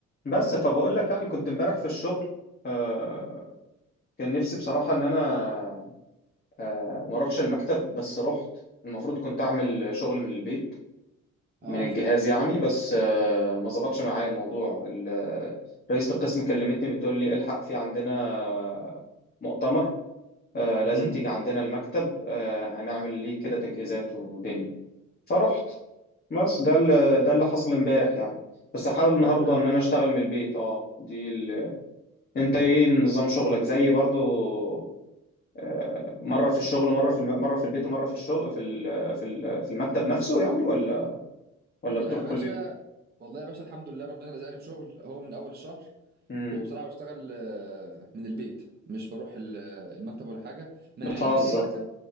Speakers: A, on the left; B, on the right.
A: بس فبقول لك يعني كنت امبارح في الشغل آه، كان نفسي بصراحة ان انا آه، ما اروحش المكتب بس رحت المفروض كنت اعمل شغل من البيت
B: اه
A: من الجهاز يعني بس آه، ما ظبطش معايا الموضوع ال- رئيسة القسم كلمتني بتقول لي الحق في عندنا آه، مؤتمر آه،
B: مهم.
A: لازم تيجي عندنا المكتب آه، هنعمل ليه كده تجهيزات ودنيا فرحت بس ده اللي ده اللي حصل امبارح يعني بس احاول النهارده
B: حلو يعني
A: ان انا اشتغل من البيت اه دي انت ايه نظام شغلك زي برضو آه، مره في الشغل مره في الم... مره في البيت ومره في الشغل في ال... في ال... في المكتب نفسه يعني ولا ولا
B: والله
A: بتروح
B: يا باشا
A: كل يوم
B: والله يا باشا الحمد لله ربنا رزقني بشغل اهو من اول الشهر
A: امم
B: وبصراحه بشتغل آه، من البيت مش بروح ال- آه، المكتب ولا حاجه مع
A: بتهزر
B: ان في مكتب